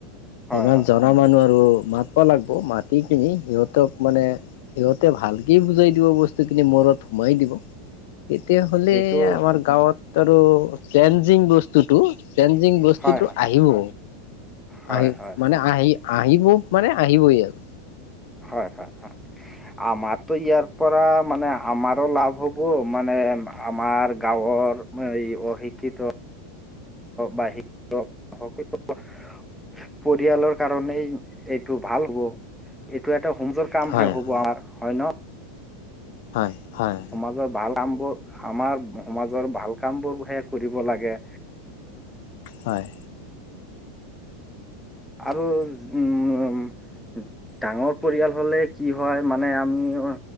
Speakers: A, in the centre; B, on the left (about 65°).
A: হয়
B: ইমান
A: হয়
B: জনা মানুহ আৰু মাত ব লাগব মাটি কিনি সিহঁতক মানে সিহঁতে ভালকে বুজাই দিব বস্তুখিনি মূৰত সোমাই দিব তেতিয়া হলে
A: এইটো
B: আমাৰ গাঁৱত আৰু চেঞ্জিং বস্ স্তুটো চেঞ্জিং বস্তুটো
A: হয় হয়
B: আহিব
A: হয়
B: আহি
A: হয়
B: মানে
A: হয়
B: আহি আহিব মানে আহিবই আৰু
A: হয় হয় হয় আমাৰো ইয়াৰ পৰা মানে আমাৰো লাভ হ'ব মানে আমাৰ গাঁৱৰ এই অশিক্ষিত বাহিৰো সকলো পৰিয়ালৰ কাৰণেই এইটো ভাল হ'ব এইটো এটা সুন্দৰ কামহে
B: হয়
A: হ'ব
B: হয়
A: আমাৰ হয় ন
B: হয় হয়
A: সমাজৰ ভাল কামবোৰ আমাৰ সমাজৰ ভাল কামবোৰহে কৰিব লাগে
B: হয়
A: আৰু উম উ ডাঙৰ পৰিয়াল হলে কি হয় মানে আমিও